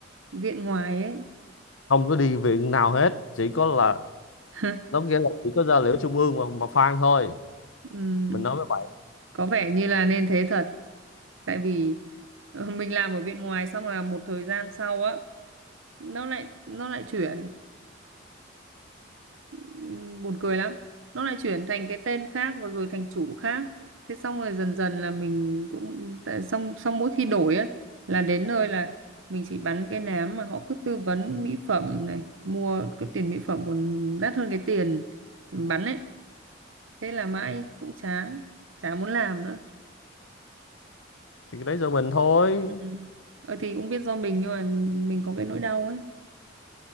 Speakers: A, on the right (about 85°); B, on the left (about 85°).
A: viện ngoài ấy
B: không có đi viện nào hết chỉ có là
A: <laughs>
B: nó nghĩa là chỉ có ra liễu trung ương mà, mà phang thôi
A: Ừm,
B: mình nói với bạn
A: có vẻ như là nên thế thật tại vì ờ, mình làm ở viện ngoài xong là một thời gian sau á nó lại nó lại chuyển Ừm, buồn cười lắm nó lại chuyển thành cái tên khác và rồi thành chủ khác thế xong rồi dần dần là mình cũng tại xong xong mỗi khi đổi á là đến nơi là mình chỉ bắn cái nám mà họ cứ tư vấn mỹ phẩm này mua cái tiền mỹ phẩm còn đắt hơn cái tiền bắn ấy thế là mãi cũng chán chả muốn làm nữa
B: thì cái đấy do mình thôi
A: ừ. ờ thì cũng biết do mình nhưng mà mình có cái nỗi đau ấy